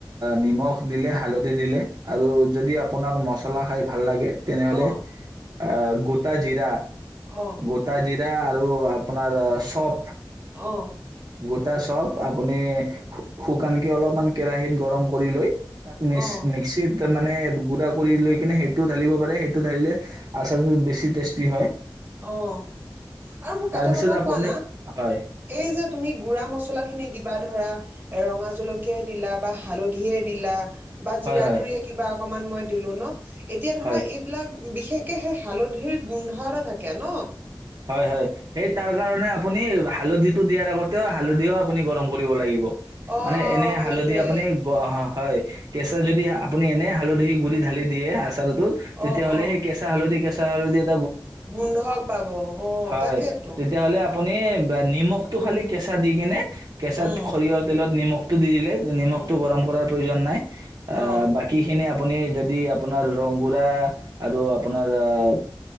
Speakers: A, on the right (about 50°); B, on the right (about 25°).
A: নিমখ দিলে হালধি দিলে আৰু যদি আপোনাক মছলা খাই ভাল লাগে। তেনেহলে
B: অ',
A: আহ গোটা জিৰা
B: অ',
A: গোতা জিৰা এতিয়া আৰু আপোনাৰ চপ
B: অ'
A: গোটা চব আপুনি শুকানকে অলপমান কেৰাহীত গৰম কৰি লৈ তাক মিক
B: অ',
A: মিক্সিত। মানে গুড়া কৰি লৈ কিনে সেইটো ঢালিব পাৰে সেইটো ঢালিলে আচাৰটোৰ বেছি টেষ্টি হয়
B: আহ আৰু মোক
A: তাৰপিছত
B: এটা কথা
A: আপুনি
B: কোৱা না
A: হয়
B: এই যে তুমি গুড়া মচলা খিনি দিবা ধৰা ৰঙা জলকীয়াই দিলা বা হালধিয়ে দিলা। বা জিৰা
A: হয় হয়
B: গুৰিয়ে কিবা অকমান মই দিলো ন এতিয়া ধৰা
A: হয়
B: এইবিলাক। বিশেষকে সেই হালধিৰ গোন্ধ এটা থাকে। থাকে ন।
A: হয় হয় সেই তাৰ কাৰণে আপুনি হালধিটো দিয়াৰ আগতেও হালধিও আপুনি গৰম কৰিব লাগিব।
B: অ
A: মানে এনে হালধি
B: সেইটোৱে
A: আপুনি অ হয় কেঁচা যদি আপুনি এনে হালধি গুৰি ঢালি দিয়ে আছে। ত তেতিয়াহ'লে
B: অ অ
A: সেই কেঁচা হালধি কেঁচা ত আৰু
B: গোন্ধ পাব। অ
A: হয়
B: তাকেইতো
A: তেতিয়াহ'লে আপুনি নিমখ টো খালি কেঁচা দি কেনে কেঁচাত
B: উম
A: সৰিয়হৰ তেলত নিমখ দি দিলে। নিমখতটো
B: উম
A: গৰম কৰাৰ প্ৰয়োজন নাই আহ
B: অ
A: বাকী খিনি আপোনাৰ। আপুনি যদি আপোনাৰ ৰংগোৰা আৰু আপোনাৰ আহ